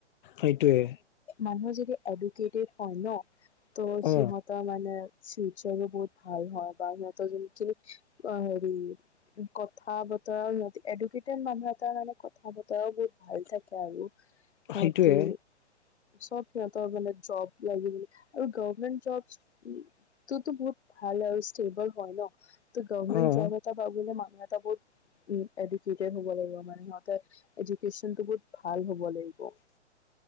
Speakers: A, on the left; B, on the left.
A: সেইটোয়ে
B: মানুহ যদি এডুকেটেড হয় ন ত
A: অ
B: সিহত মানে ফিউচাৰো বহুত ভাল হয় বা সিহঁতৰ যেকি হেৰি কথা বতৰাও এডুকেটেড মানুহ এটাাৰ মানে কথা বতৰাও বহুত ভাল থাকে আৰু সিহঁতি
A: সেইটোয়ে
B: চব সিহঁতৰ মানে জব লাগিব আৰু গভমেণ্ট জব ততো বহুত ভাল আৰু ষ্টেবল হয় ন ত গভৰ্মেট
A: অ
B: জব এটা বা মান বহুত এডুকেটেট হব লাগিব মানে এডুকেচন বহুত ভাল হ'ব লাগিব